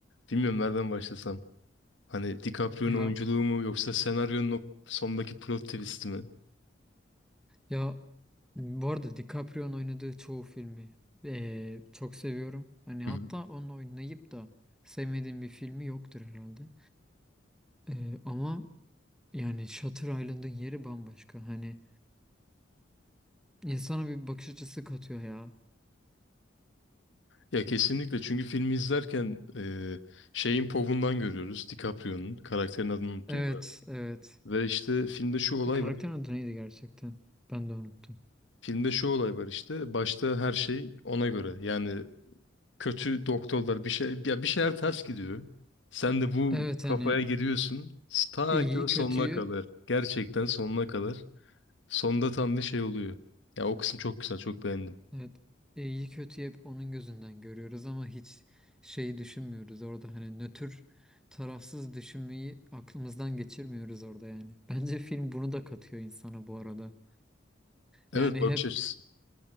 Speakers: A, on the left (about 75°); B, in the centre.
A: bilmiyorum nereden başlasam. Hani DiCaprio'nun
B: Ya
A: oyunculuğu mu yoksa senaryonun o sondaki plot twist'i mi?
B: ya bu arada DiCaprio'nun oynadığı çoğu filmi eee, çok seviyorum. Hani
A: Hı
B: hatta
A: hı.
B: onun oynayıp da sevmediğim bir filmi yoktur herhalde. Eee, ama yani Shutter Island'ın yeri bambaşka. Hani insana bir bakış açısı katıyor ya.
A: Ya kesinlikle çünkü filmi izlerken e, şeyin povundan görüyoruz DiCaprio'nun karakterin adını unuttum
B: Evet,
A: da
B: evet.
A: ve işte filmde şu olay
B: Karakter
A: var
B: adı neydi gerçekten? Ben de unuttum.
A: filmde şu olay var işte başta her şey ona göre yani kötü doktorlar bir şey ya bir şeyler ters gidiyor. Sen de bu
B: Evet
A: kafaya
B: hani
A: giriyorsun. Ta
B: iyi
A: ki o
B: kötüyü
A: sonuna kadar. Gerçekten sonuna kadar. Sonda tam bir şey oluyor. Ya o kısım çok güzel, çok beğendim.
B: Evet, e, iyi kötü hep onun gözünden görüyoruz ama hiç şeyi düşünmüyoruz orada hani nötr tarafsız düşünmeyi aklımızdan geçirmiyoruz orada yani. Bence film bunu da katıyor insana bu arada.
A: Evet
B: Yani
A: bakış
B: hep
A: açısı.